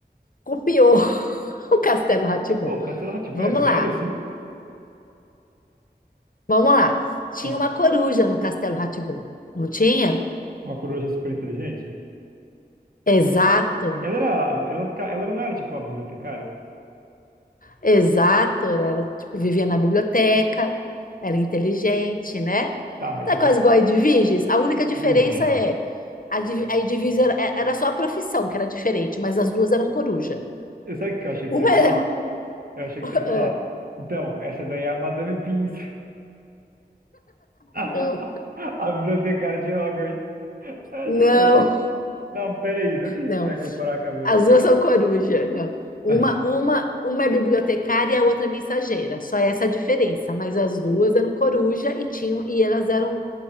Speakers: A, on the left; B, on the right.
A: copiou <laughs> o Castelo rá
B: Pô, o Castelo rá
A: Vamos
B: é velho
A: lá,
B: assim?
A: vamos lá. Tinha
B: Tá.
A: uma coruja no Castelo rá não tinha?
B: Uma coruja super inteligente?
A: Exato,
B: Ela era. Ela, fica- ela não era tipo a bibliotecária?
A: exato. Ela era, tipo, vivia na biblioteca, era inteligente, né?
B: Tá, mas
A: Não
B: você
A: é quase
B: tá.
A: igual a Edviges? A única diferença
B: Meu Deus.
A: é a, Div- a Edviges era, é, era só a profissão que era diferente, mas as duas eram coruja.
B: Eu- Sabe o que eu achei que
A: Uma
B: você ia falar?
A: é...
B: Eu achei
A: <laughs>
B: que você ia falar. Então, essa daí é a Madame Pince, <laughs> a
A: Não,
B: bibliotecária de Hogwarts. Aí
A: não,
B: eu já falei, não, peraí, não acredito
A: não.
B: que você vai comparar com a bibliotecária.
A: As duas são coruja, não. Uma,
B: <laughs>
A: uma, uma é bibliotecária e a outra é mensageira. Só essa a diferença. Mas as duas eram coruja e tinham e elas eram